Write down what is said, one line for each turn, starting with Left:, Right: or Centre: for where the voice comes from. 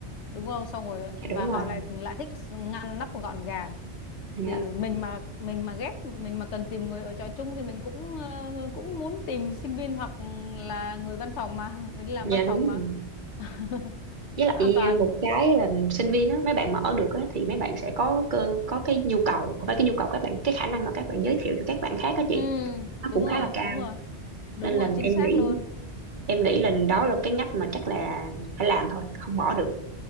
Left: đúng không xong rồi
Right: dạ
Left: và
Right: đúng
Left: họ
Right: rồi
Left: lại lại thích ngăn nắp gọn gàng
Right: dạ
Left: thì mình mà mình mà ghép mình mà cần tìm người ở trọ chung thì mình cũng ờ, cũng muốn tìm sinh viên hoặc là người văn phòng mà người đi làm
Right: dạ
Left: văn
Right: đúng
Left: phòng mà
Right: rồi
Left: <laughs>
Right: với lại
Left: nó an toàn
Right: à, một cái là sinh viên á, mấy bạn mở được á, thì mấy bạn sẽ có cơ, có cái nhu cầu không phải cái nhu cầu các bạn cái khả năng mà các bạn giới thiệu cho các bạn khác á chị
Left: ừ
Right: nó
Left: đúng
Right: cũng
Left: rồi
Right: khá là cao
Left: đúng rồi đúng
Right: nên là
Left: rồi chính
Right: em
Left: xác
Right: nghĩ
Left: luôn
Right: em nghĩ là đó là cái ngách mà chắc là phải làm thôi không bỏ được